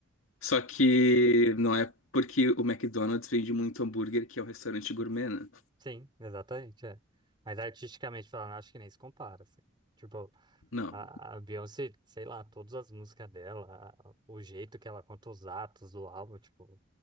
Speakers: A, on the left; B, on the right.
A: Só que não é porque o McDonald's vende muito hambúrguer, que é um restaurante gourmet, né?
B: Sim, exatamente, é. Mas artisticamente falando, acho que nem se compara, assim. Tipo,
A: Não.
B: a, a Beyoncé, sei lá, todas as músicas dela, a- o jeito que ela conta os atos do álbum, tipo,